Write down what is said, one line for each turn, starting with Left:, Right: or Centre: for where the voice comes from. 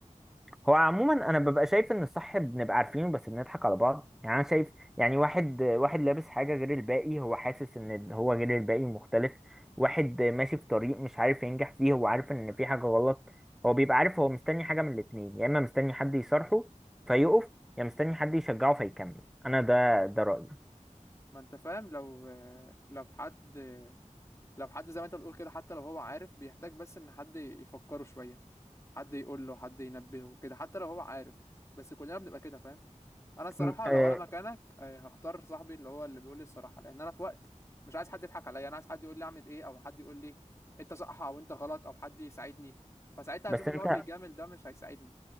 Centre: هو عموما انا ببقى شايف ان الصح بنبقى عارفينه بس بنضحك على بعض يعني انا شايف يعني واحد آه، واحد لابس حاجه غير الباقي هو حاسس ان هو غير الباقي مختلف واحد آه، ماشي في طريق مش عارف ينجح فيه هو عارف ان في حاجه غلط هو بيبقى عارف هو مستني حاجه من الاتنين يا اما مستني حد يصارحه فيقف يا مستني حد يشجعه فيكمل انا ده ده رأيي
Left: ما انت فاهم لو لو حد لو حد زي ما انت بتقول كده حتى لو هو عارف بيحتاج بس ان حد يفكره شويه حد يقول له حد ينبهه كده حتى لو هو عارف بس كلنا بنبقى كده فاهم انا الصراحه
Centre: م- آه،
Left: لو انا مكانك آه، هختار صاحبي اللي هو اللي بيقول لي الصراحه لان انا في وقت مش عايز حد يضحك عليا انا عايز حد يقول لي اعمل ايه او حد يقول لي انت صح او انت غلط او حد يساعدني فساعتها
Centre: بس
Left: هشوف اللي
Centre: انت
Left: هو بيجامل ده مش هيساعدني